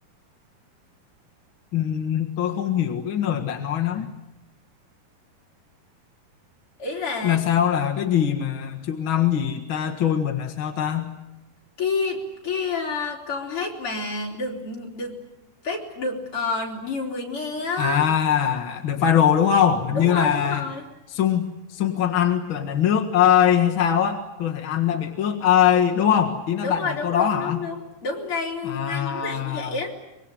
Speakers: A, on the left (about 55°); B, on the left (about 35°).
A: Ừm, tôi không hiểu cái lời bạn nói lắm
B: ý là
A: là sao là cái gì mà triệu năm gì ta trôi mình là sao ta
B: cái cái ờ, câu hát mà được được phát được ờ, nhiều người nghe á
A: À, được viral đúng không? Hình
B: đúng
A: như là
B: rồi đúng rồi
A: xung xung quanh anh toàn là nước ơi hay sao á? Tôi thấy anh đã bị ướt ơi, đúng không? Ý là
B: đúng
A: bạn
B: rồi
A: là
B: đúng
A: câu đó
B: đúng
A: hả?
B: đúng đúng đúng ngay ngay
A: À,
B: những bạn như vậy á